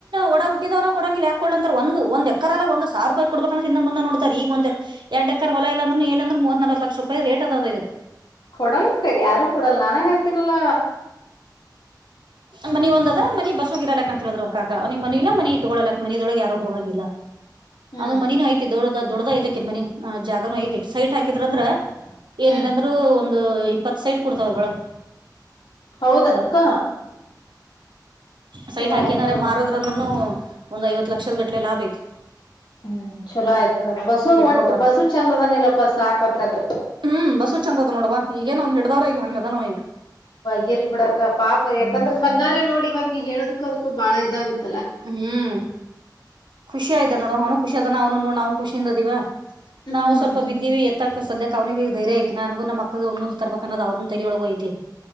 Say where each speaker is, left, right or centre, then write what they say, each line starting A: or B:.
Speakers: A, on the right; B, on the left.
A: ಒಡ ಹಟ್ಟಿದ್ರು ಕೊಡಂಗಿ ಹಾಕೊಳ್ಳ ಅಂತ ಒಂದ ಎಕರಲ್ಲ ಒ ಸಾವಿ ರೂಾಯಿ ಕೊಡ್ಬೇಕಂತಿಂದ ಮುಂದ ನೋಡ್ರೆ ಈಗ ಒಂದ ಎರಡ್ ಎಕ್ಕಾರ್ ಹೊಲ ಇಲ್ಲ ಅಂದ್ರೂಏಂದ್ರ ಮೂತ್ಲ್ಕ ಲಕ್ಷ ರೂಪಾಯ ರೇಟ್ ಅದ ಇದು
B: ಕೊಡಲ್ ಯಾರು ಕೊಡಲ್ಲ ನಾನೇ ಹೇಳ್ತೀನಲ್ಲ
A: ಮನ ಒಂದ ಅದ ಮನಿ ಬಸ್ ಗಿರಲ್ಲಾಕ್ ಅಂತ ಹೇಳಿದ್ರ ಅವ್ರಕಾಕ ಅವ ನೀ ಮ ಇಲ್ಲ ಮ ಇಟ್ಕೊೋಕಕ್ ಮನದೊಳಗೆ ಯಾರು ಹೋಗಂಗಿಲ್ಲ
B: ಹ್ಮ್
A: ಅದು ಮನಿನನು ಐತಿ ದೊಡ್ಡ್ದ ದೊಡದ ಐತೆ ಕಿನ್ ಮನಿ ಜಾಗಾನೂ ಐತಿ ಸೈಟ್ ಹಾಕಿದ್ರ ಅಂದ್ರ
B: ಹ್ಮ್
A: ಏನಿಲ್ಲಾಂದ್ರರು ಒಂದು ಇಪ್ಪತ್ತು ಸೈಟ್ ಕೊಡ್ತಾವದ ಒಳಗ್
B: ಹೌದನಕ್ಕ
A: ಸೈಟ್
B: ಚಲೋ
A: ಹಾಕನಾರ
B: ಆಯ್ತ್ ಬಿಡವ
A: ಮಾರೋದ್ರಂದ್ರನು ಒಂದ್ ಐವತ್ ಲಕ್ಷದ ಗಟ್ಲೆ ಲಾಭ ಐತೆತಿ
B: ಹ್ಮ್ ಚಲ ಆಯ್ತ್ ಮಡಕ್ ಬಸ್ುನ್ ಒಟ್ಟು
A: ಕೊಡುವಂತ
B: ಬಸ್ ಚೆಂದ ಅದನ ಇಲ್ಲಪ್ಪ ಸಾಕತ್ತದ
A: ಹ್ಮ್ ಬಸ್ಸು ಚಂದದ ನೋಡುವಾ ಈಗೇ ಅವ್ ಹಡ್ದಾರ ಇಲ್ಲ ಹಂಗ ಅದ ನ
B: ಗ್ಯರಿ ಬಿಡಕ ಪಾಪ ಯಾಕಂದ್ರ ಸನ್ನಾರೆ ನೋಡಿ ಇವಾಗ ನೀ ಹೇಳದಕು ಅದಕ್ಕೂ ಬಾಳ ಇದಾಗುತ್ತೆ
A: ಹ್ಮ್ ಖುಷಿ ಆಯ್ದ ನೋಡು ಅವ್ನು ಖುಷಿ ಅದಾನ ಅವನು ನಾವು ಖುಷಿದದಿವವ
B: ಹ್ಮ್
A: ನಾವು ಸ್ವಲ್ಪ ಬಿದ್ದಿವವಿ ಕ್ಕ ಸದ್ಯಕ್ಕೆ ಅವನಿಗೆ ಧೈರ್ಯಐತೆ ನನಗ ನಮ್ಮಕ್ಕಳಗ ಒಂದೊಂದು ತರಕ್ಕ ಅನ್ನದ್ದ ತಳ ಒಳಗ ಐತೆತಿಗ